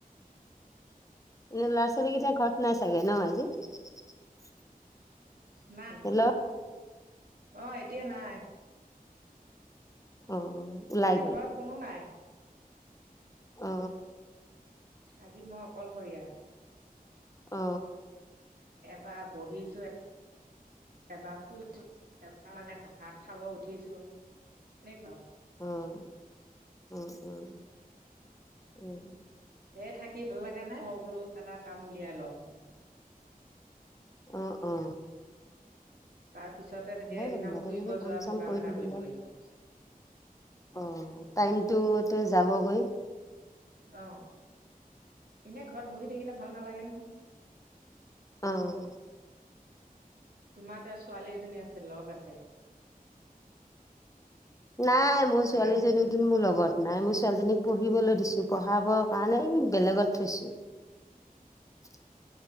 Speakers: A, on the left (about 20°); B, on the right (about 80°).
A: এনে ল'ৰা-ছোৱালী কেইটা ঘৰত নাই চাগে ন আজি?
B: নাই৷
A: হেল্ল'
B: অহ, এতিয়া নাই।
A: অ ওলাই
B: আজি
A: গ'ল
B: ঘৰত কোনো নাই।
A: অ।
B: আজি মই অকলশৰীয়া।
A: অ।
B: বা বহিছোঁ এবাৰ শুইছো এ মানে ভাত খাব উঠিছো সেনেকুৱা আউ।
A: উম, উম, উম, উম।
B: এ, থাকি ভাল লগা নাই, মই বোলো এটা কাম উলিয়াই লওঁ।
A: আহ, অ।
B: তাৰ পিছতে তেতিয়া
A: ভালে
B: এদিন
A: কৰিলা
B: আকৌ
A: তেনেকে
B: ফুৰিব
A: কাম
B: যোৱা
A: চাম
B: প্ৰগ্ৰাম
A: কৰি
B: এটা
A: থাকিলে
B: কৰিব লাগিব।
A: অ, টাইমটোত যাবগৈ।
B: অ, এনে ঘৰত বহি থাকিলে ভাল নালাগে নহয়।
A: আহ।
B: তোমাৰ এতিয়া ছোৱালী এজনী আছে লগ আছে।
A: নাই মোৰ ছোৱালীজনীতোন
B: হয়নে নহয়
A: মোৰ লগত নাই মই ছোৱালীজনীক পঢ়িবলৈ দিছো, পঢ়াবৰ কাৰণে বেলেগত থৈছো। <inaudible>